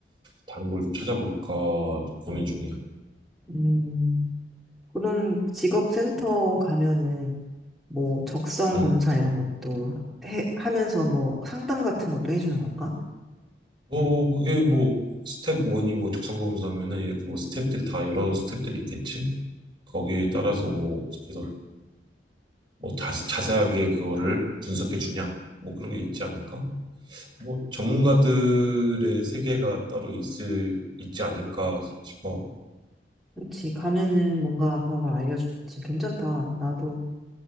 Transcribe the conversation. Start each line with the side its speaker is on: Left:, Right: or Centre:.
Right: 다른 걸 좀 찾아볼까 고민 중이야.
Centre: 음, 그런 직업센터 가면은 뭐 적성
Right: 음.
Centre: 검사 이런 것도 해, 하면서 뭐 상담 같은 것도 해주는 건가?
Right: 뭐 그게 뭐 스텝 1이 뭐 적성 검사면은 이렇게 뭐 스텝들이 다 여러 스텝들이 있겠지? 거기에 따라서 뭐 그래서 뭐 자세하게 그거를 분석해 주냐? 뭐 그런 게 있지 않을까? 뭐 전문가들의 세계가 따로 있을 있지 않을까 싶어.
Centre: 그렇지. 가면은 뭔가 그런 걸 알려주겠지. 괜찮다. 나도